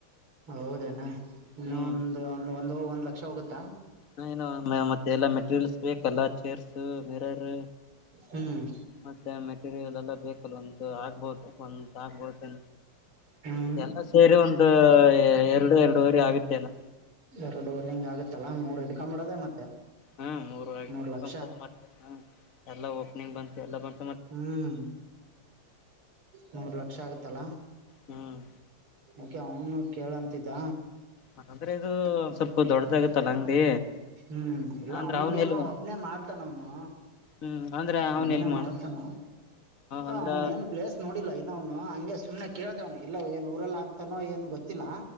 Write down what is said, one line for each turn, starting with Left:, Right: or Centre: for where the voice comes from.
Right: ಹೌದೇನಾ ಇನ್ನ
Left: ಹ್ಮ್
Right: ಒಂದು ಒಂದ ಒಂದು ಒಂದ್ ಲಕ್ಷ ಹೋಗುತ್ತಾ
Left: ಹ ಇನ್ನು ಮತ್ತೆ ಎಲ್ಲ ಮೆಟೀರಿಯಲ್ಸ್ ಬೇಕಲ್ಲ ಚೇರ್ಸ್ ಮಿರರ್
Right: ಹ್ಮ್
Left: ಮತ್ತೆ ಮೆಟೀರಿಯಲ್ ಎಲ್ಲ ಬೇಕಲ್ ಒಂತ ಆಗ್ಬಹುದು ಒಂತ ಆಗ್ಬಹುದು
Right: ಹ್ಮ್
Left: ಎಲ್ಲ ಸೇರಿ ಒಂದು ಎರಡು ಎರಡುವರೆ ಆಗುತ್ತೇನೆ
Right: ಎರಡುವರೆ ಹಿಂಗ್ ಆಗತ್ತಲ್ಲಾ ಮೂರ್ ಹಿಡ್ಕೊಂಡ ಬಿಡೋದೇ ಮತ್ತೆ
Left: ಹ್ಮ ಮೂರ
Right: ಮೂರ್ ಲಕ್ಷ
Left: ಮತ್ತ ಹ್ಮ ಎಲ್ಲಾ ಓಪನಿಂಗ್ ಬಂತು ಎಲ್ಲ ಬಂತ
Right: ಹ್ಮ್ ಮೂರ್ ಲಕ್ಷ ಆಗತ್ತಲ್ಲಾ
Left: ಹ್ಮ್
Right: ಓಕೆ ಅವನು ಕೇಳಂತಿದ್ದ
Left: ಹ ಅಂದ್ರೆ ಇದು ಸ್ವಲ್ಪ ದೊಡ್ಡದಗತ್ತಲ್ಲ ಅಂಗಡಿ
Right: ಹ್ಮ್ ಇಲ್ಲ
Left: ಅಂದ್ರ
Right: ಅವನಗೇನು
Left: ಅವ್ನ್ ಎಲ್
Right: ಒಬ್ನೇ ಮಾಡ್ತಾನ ಅವನು
Left: ಹ್ಮ್ ಅಂದ್ರ ಅವ್ನ್
Right: ಒಬ್ನೇ
Left: ಎಲ್ ಮಾಡ
Right: ಮಾಡ್ತ ನ
Left: ಅಂದ್ರ
Right: ಅವನ್ ಏನ್ ಪ್ಲೇಸ್ ನೋಡಿಲ್ಲ ಇನ್ನವ್ನು ಹಂಗೆ ಸುಮ್ನೆ ಕೇಳ್ದವ್ನು ಇಲ್ಲ ಏನ್ ಊರಲ್ಲ ಆಗ್ತಾನೋ ಏನ್ ಗೊತ್ತಿಲ್ಲ